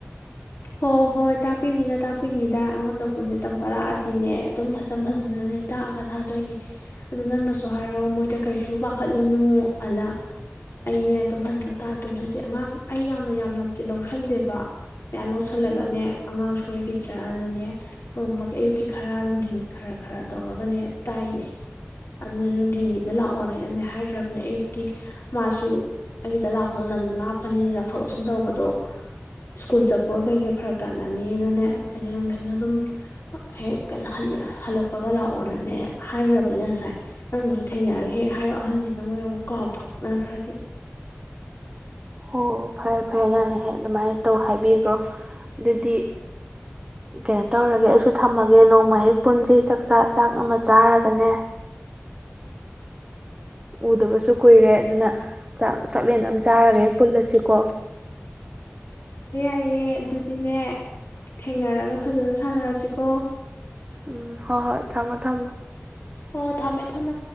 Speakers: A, on the left (about 70°); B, on the right (about 25°).
A: ꯍꯣ ꯍꯣꯏ ꯇꯥꯛꯄꯤꯅꯤꯗ ꯇꯥꯛꯄꯤꯅꯤꯗ ꯑꯩꯉꯣꯟꯗꯕꯨꯅꯦ ꯇꯝꯕ ꯂꯛꯑꯗꯤꯅꯦ ꯑꯗꯨꯝ ꯐꯖꯟ ꯐꯖꯅꯅꯦ ꯇꯥꯛꯑꯒ ꯊꯥꯗꯣꯏꯅꯦ ꯑꯗꯨ ꯅꯪꯅꯁꯨ ꯍꯥꯏꯔꯣ ꯃꯣꯏꯗ ꯀꯩꯁꯨ ꯄꯥꯈꯠꯂꯨꯅꯨ ꯑꯅ ꯑꯩꯅꯦ ꯑꯗꯨꯝ ꯐꯖꯅ ꯇꯥꯛꯛꯇꯣꯏꯅꯦ ꯍꯧꯖꯤꯛ ꯑꯉꯥꯡ ꯑꯩ ꯌꯥꯝꯅ ꯌꯥꯝꯅꯕꯨꯗꯤ ꯂꯧꯁꯟꯗꯦꯕ ꯃꯥꯌꯥꯝ ꯂꯧꯁꯜꯂꯒꯅꯦ
B: ꯎꯝ
A: ꯑꯉꯥꯡ ꯁꯣꯏꯒꯤ ꯗ꯭ꯔꯅꯅꯦ ꯅꯣꯡꯃꯒꯤ ꯑꯌꯨꯛꯀꯤ ꯈꯔ ꯅꯨꯡꯊꯤꯟꯒꯤ ꯈꯔ ꯈꯔ ꯇꯧꯔꯒꯅꯦ ꯇꯥꯛꯏꯅꯦ ꯑꯗꯨꯅ ꯅꯨꯡꯊꯤꯟꯒꯤꯗ ꯂꯥꯛꯑꯣꯅꯥ ꯑꯩꯅꯅꯗꯤ ꯍꯥꯏꯈ꯭ꯔꯕꯅꯦ ꯑꯌꯨꯛꯇꯤ ꯃꯥꯁꯨ ꯑꯩꯒꯤꯗ ꯂꯥꯛꯄꯗꯣ ꯂꯝ ꯂꯥꯞꯄꯅꯤꯅ ꯂꯧꯊꯣꯛ ꯂꯧꯁꯤꯟ ꯇꯧꯕꯗꯣ ꯁ꯭ꯀꯨꯜ ꯆꯠ ꯄꯒꯥ ꯀꯩꯀꯩ ꯐꯔꯛ ꯇꯥꯅꯅꯤꯅꯅꯦ ꯑꯩꯅ ꯅꯨꯡꯊꯤꯟꯗ ꯑꯗꯨꯝ ꯍꯦꯛ ꯀꯩꯅꯣ ꯍꯜ ꯍꯜꯂꯛꯄ ꯀꯞꯄꯒ ꯂꯥꯛꯑꯣꯅꯅꯦ ꯍꯥꯏꯈ꯭ꯔꯕꯅꯤ ꯉꯁꯥꯏ ꯅꯪꯅꯁꯨ ꯊꯦꯡꯅꯔꯒꯦ ꯍꯦꯛ ꯍꯥꯏꯌꯣ ꯑꯍꯟꯁꯤꯅ ꯃꯣꯏ ꯑꯃꯨꯛ ꯀꯥꯎꯊꯣꯛꯅꯈ꯭ꯔꯗꯤ
B: ꯍꯣ ꯐꯔꯦ ꯐꯔꯦ ꯅꯍꯥꯟ ꯍꯦꯛ ꯑꯗꯨꯃꯥꯏꯅ ꯇꯧ ꯍꯥꯏꯕꯤꯈ꯭ꯔꯣ ꯑꯗꯨꯗꯤ ꯀꯩꯅꯣ ꯇꯧꯔꯒꯦ ꯑꯩꯁꯨ ꯊꯝꯃꯒꯦ ꯅꯣꯡꯃꯦꯛ ꯄꯨꯟꯁꯤ ꯆꯥꯛꯆꯥ ꯆꯥꯛ ꯑꯃ ꯆꯥꯔꯒ ꯃꯅꯦ ꯎꯗꯕꯁꯨ ꯀꯨꯏꯔꯦ ꯑꯗꯨꯅ ꯆꯥꯛ ꯆꯥꯛꯂꯦꯟ ꯑꯃ ꯆꯥꯔꯒ ꯍꯦꯛ ꯄꯨꯜꯂꯁꯤꯀꯣ
A: ꯍꯥꯏꯌꯦ ꯑꯗꯨꯗꯤꯅꯦ ꯊꯦꯡꯅꯔꯒ ꯐꯖꯅ ꯁꯥꯟꯅꯔꯁꯤꯀꯣ
B: ꯎꯝ ꯍꯣ ꯍꯣꯏ ꯊꯝꯃꯣ ꯊꯝꯃꯣ
A: ꯑꯣ ꯊꯝꯃꯦ ꯊꯝꯃꯦ